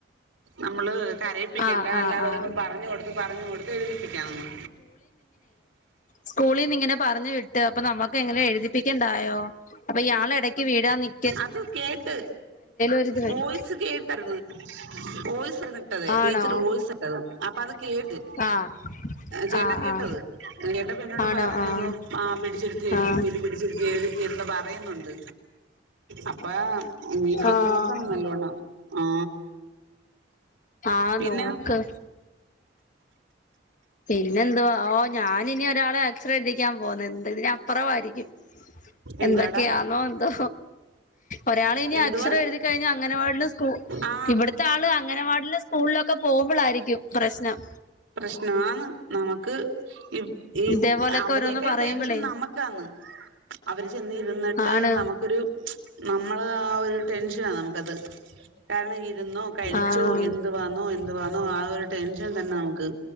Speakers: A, on the right (about 85°); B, on the left (about 40°).
A: നമ്മൾ കരയിപ്പിക്കേണ്ട
B: ആഹ് ആഹ്
A: അല്ലാതുകൊന്നും
B: ആഹ്
A: പറഞ്ഞു കൊടുത്ത് പറഞ്ഞു കൊടുത്ത് എഴുതിപ്പിക്കാനന്ന്
B: സ്കൂളിൽ നിന്ന് ഇങ്ങനെ പറഞ്ഞു വിട്ട് അപ്പൊ നമ്മുക്ക് എങ്ങനെ എഴുതിപ്പിക്കണ്ടായോ അപ്പൊ ഇയാള ഇട വീടാ <unintelligible>
A: അത് കേട്ട്
B: ഒരിത് വരും
A: വോയിസ്‌ കേട്ടരുന്നു വോയിസ് ട്ട
B: ആണോ
A: ടീച്ചർ വോയിസ് ഇട്ടത് അപ്പ അത് കേട്ട്
B: ആഹ്
A: ചേട്ടൻ
B: ആഹ്
A: കേട്ടത്
B: ആഹ്
A: ചഏട്ടാപ്പ എന്നോട്
B: ആണോ
A: പറഞ്ഞഞ്ന്ന്
B: ആഹ്
A: ആ പിടിച്ചെടുത്ത് എഴുതിപ്പല്
B: ആഹ്
A: പിടിച്ചെടുത്തി എഴുതി എന്ന് പറയുന്നുണ്ട് അപ്പ ഇനിപ്പോ
B: ആഹ്
A: നോക്കണം നല്ലോണ്ണം ആ
B: ആഹ
A: പിന്നെ
B: നോക്ക് പിന്നെ എന്തുവാ ഓ ഞാന ഇനി ഒരാളെ അക്ഷരം പഠിപ്പിക്കാൻ പോന്ന എന്ത് ഇ അപ്പുറവായിരിക്കും
A: എന്തുവാടാ
B: എന്തൊക്കെയാണോ എന്തോ ഒരാൾ ഇനി
A: എന്തുവാ
B: അക്ഷരംഴുതി കഴിഞ്ഞഞ് അങ്ങനവാടിന് സ്കൂ
A: ആ
B: ഇവിടത്തെ ആള് അങ്ങനവാടിന് സ്കൂളിലൊക്കെ പോകുമ്പോളായിരിക്കും പ്രശ്നം
A: പ്രശ്നാണ് നമുക്ക് ഈ ഈ
B: ഇതേപോലൊക്കെ
A: അവരൊക്കെ
B: ഓരോന്ന് പറയുമ്പളേ
A: ടെൻഷൻ നമുക്കന്ന് അവർ ചെന്നിരുന്നിട്ട്
B: ആണ്
A: നമുക്കൊരു നമ്മള് ആ ഒരു ടെൻഷ നമുത് കാരണം ഇുന്നോ കഴിച്ചോ
B: ആഹ്
A: എന്ത് വന്നോ എന്ത് വോ ആ ടെൻഷൻ തന്നെ നമുക്ക്